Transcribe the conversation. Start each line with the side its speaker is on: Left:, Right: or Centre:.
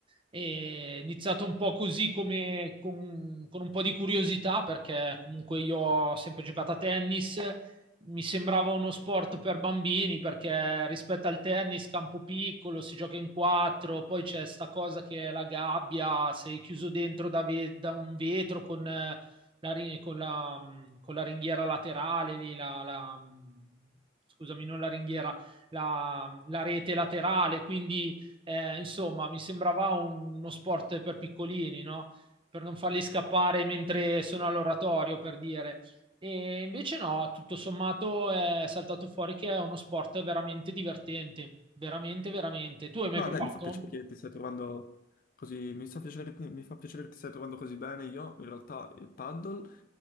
Right: È iniziato un po' così come con, con un po' di curiosità perché comunque io ho sempre giocato a tennis, mi sembrava uno sport per bambini perché rispetto al tennis campo piccolo, si gioca in quattro, poi c'è sta cosa che è la gabbia, sei chiuso dentro da, ve- da un vetro con eh, la, ri- con la, mh, con la ringhiera laterale, lì, la, la, mh, scusami, non la ringhiera, la mm, la rete laterale, quindi eh, insomma, mi sembrava un- uno sport per piccolini, no? Per non farli scappare mentre sono all'oratorio, per dire. E invece no, tutto sommato è saltato fuori che è uno sport veramente divertente, veramente, veramente. Tu hai mai
Left: Ma
Right: provato?
Left: dai, mi fa piacere che ti stai trovando così, mi sta piacere- mi fa piacere che ti stai trovando così bene. Io in realtà il paddle